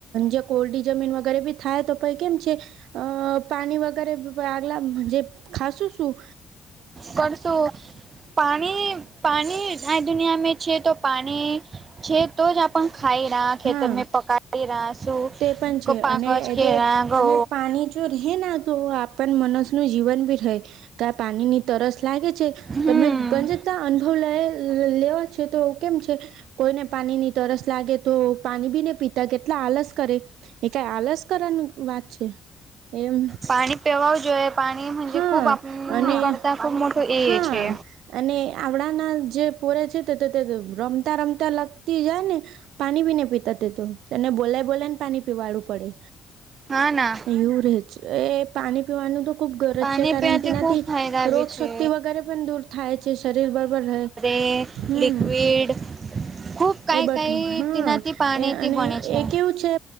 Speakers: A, on the right; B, on the right.
A: જે કોરડી જે જમીન વગેરે બી થાય તો પછી કેમ છે, અ પાણી વગેરે આગલા જે ખાસું સું
B: કરશું પાણી પાણી આ દુનિયામાં છે, તો પાણી અને છે, તો જ આપ ખાઈ રહ્યા, ખેતરને
A: હા
B: પકડી રહ્યા, શું
A: તે પણ છે
B: પાક
A: અને
B: જ
A: એ
B: કે
A: તે
B: ઘઉ
A: અને પાણી જો રહેના, તો આપ મનસનું જીવન ભી રહે કા પાણીની તરસ લાગે છે,
B: હમ
A: તમે ગજતા અનુભવ લેવા છે, તો કેમ છે કોઈને પા પાણીની તરસ લાગે પાણીબી ન પીતા કેટલા આલસ કરે, એ કઈ આલસ કરવાની વાત છે. એમ
B: પાણી પીવું જોઈએ પાણી
A: હા
B: ખુબ જ આપણ
A: અને
B: નીકળતા ખુબ મોટો એ
A: હા
B: છે.
A: અને આવડાના જે પોરે છે રમતા-રમતા લગતી જાય ને પાણીબી ન પીતા તે તો તેને બોલા બોલે ને પાણી પીવાડું પડે,
B: હા ના
A: એવું રેજ એ પાણી પીવાનું તો ખૂબ ગરજ
B: પાણી
A: છે, કારણ
B: પીવાથી
A: એનાથી
B: ખૂબ
A: ત
B: ફાયદા બી
A: રોગશક્તિ
B: છે.
A: વગેરે પણ દૂર થાય છે, શરીર બરોબર રહે.
B: કે
A: હમ
B: લિક્વિડ ખૂબ કાંઈ
A: એ <unintelligible>
B: કાંઈ
A: હા,
B: તેનાથી પાણીથી
A: એ અને
B: બને છે.
A: એ કેવું છે,